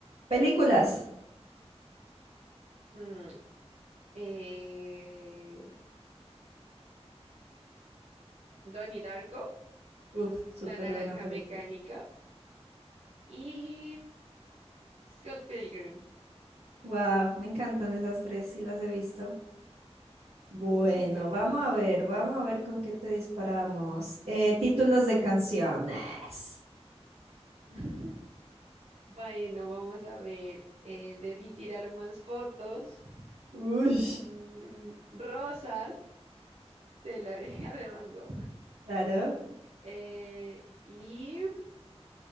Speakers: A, on the right; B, on the right.
A: películas.
B: Mm, eh, Donnie Darko,
A: Uf, súper
B: la naranja
A: buena película.
B: mecánica. Y Scott Pilgrim.
A: Wow, me encantan esas tres, sí las he visto. Bueno,
B: Mm, súper.
A: vamos a ver, vamos a ver con qué te disparamos. Eh, títulos de canciones.
B: <laughs> Bueno, vamos a ver. eh, debí tirar más fotos.
A: Uy,
B: Mm, rosas de la oreja de mango
A: Claro.
B: Eh, y